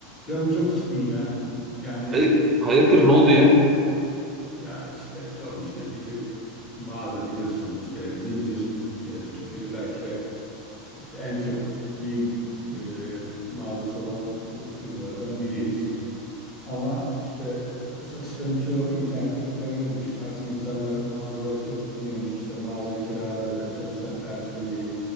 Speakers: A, on the left; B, on the right.
A: Canım çok sıkın ya. Yani
B: Hayır, hayırdır ne oldu ya?
A: ya işte sorma işte bizim mağaza biliyorsun işte zincir e, Türkiye'de belki de işte en çok giyim e, mağazası olan e, firmalardan biriyiz. Ama işte e, satışların çoğu internete mi kayıyormuş? Artık insanlar mağazalara çok gitmiyormuş. İşte mağaza kiraları, çalışan personeli,